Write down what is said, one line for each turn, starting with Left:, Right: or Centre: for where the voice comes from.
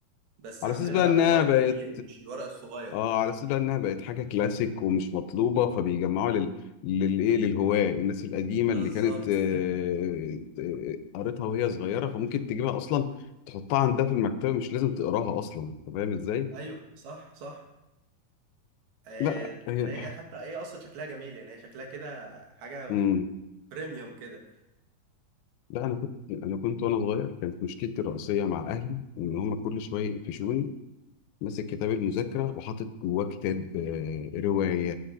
Right: بس
Left: على
Right: عاملينها
Left: اساس بقى
Right: بقى
Left: انها
Right: على ورق
Left: بقت
Right: كبير مش الورق الصغير
Left: اه على اساس بقى انها بقت حاجه كلاسيك ومش مطلوبه فبيجمعوها لل للايه للهواة الناس القديمه
Right: بالظبط
Left: اللي كانت آه،
Right: <laughs>
Left: آه، قريتها وهي صغيره فممكن تجيبها اصلا تحطها عندها في المكتبه مش لازم تقراها اصلا انت فاهم ازاي
Right: ايوه صح صح آه،
Left: لا
Right: إن
Left: هي
Right: هي
Left: <sniffs>
Right: حتى هي اصلا شكلها جميل يعني هي شكلها كده حاجه
Left: مم.
Right: بريميوم كده
Left: لا انا كنت انا كنت وانا صغير كانت مشكلتي الرئيسيه مع اهلي ان هم كل شويه يقفشوني ماسك كتاب المذاكرة وحاطط جواه كتاب آه، رواية